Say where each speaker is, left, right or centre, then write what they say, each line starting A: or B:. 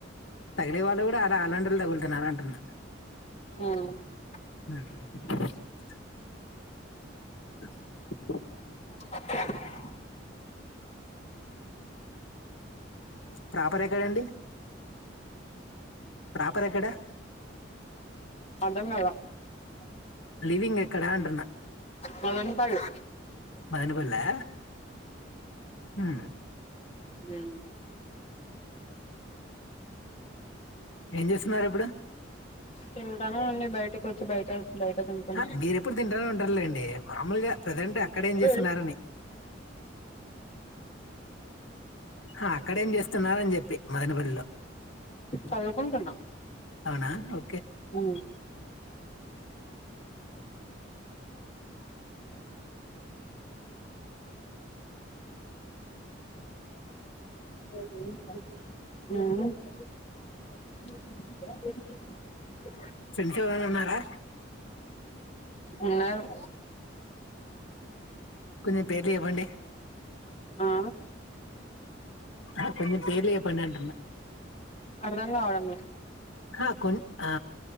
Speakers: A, on the left; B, on the left.
A: తగిలే వాళ్ళు కూడా అలా అలాంటి వాళ్ళు తగులుతున్నారు అంటున్నారు హు
B: ఉమ్
A: <inaudible>
B: <inaudible>
A: ప్రాపర్ ఎక్కడండి ప్రపర్ ఎక్కడ
B: <unintelligible>
A: లివింగ్ ఎ ఎక్కడ అంటున్న
B: మదన్ పళ్ళు
A: మదనపల్లె హు
B: హు
A: ఏం చేస్తున్నారు ఇప్పుడు
B: తింటానా అండి బయటకు వచ్చి బయట బయట తింటున్నా
A: హా మీర ఎప్పుడు తింటానే ఉంటారులేండి మాములుగా ప్రజెంట్ అక్కడేం
B: ఆ
A: చేస్తున్నారని ఆ! అక్కడేం చేస్తున్నారు అని చెప్పి మదనపల్లిలో
B: చదువుకొంటున్నా.
A: అవునా ఓ
B: ఉహు మ్మ్
A: ఫ్రెండ్స్ ఎవరన్నా ఉన్నారా
B: ఉన్నారు
A: కొంచెం పేర్లు చెప్పండి
B: ఆ
A: ఆ కొంచెం పేర్లు చెప్పండి అంటున్నా
B: అర్దంగావడం లే
A: క కొన్ని ఆ